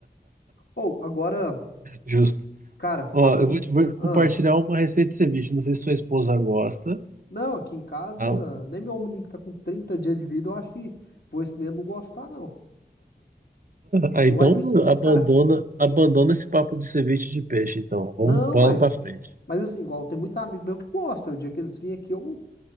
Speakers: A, on the left; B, on the right.
A: Ou, agora,
B: Justo.
A: cara, falando
B: Ó, eu vou,
A: em...
B: te- vou compartilhar
A: Ahn.
B: uma receita de ceviche. Não sei se sua esposa gosta.
A: Não, aqui em casa,
B: Ah,
A: nem meu menino que tá com 30 dias de vida, eu acho que vou esse neném não gostar, não.
B: ah,
A: Eu
B: então
A: vai me.
B: abandona,
A: Cara,
B: abandona esse papo de ceviche de peixe. Então, vamos
A: não,
B: bola
A: mas.
B: pra frente.
A: Mas assim, igual tem muitos amigos meus que gostam. O dia que eles vêm aqui, eu,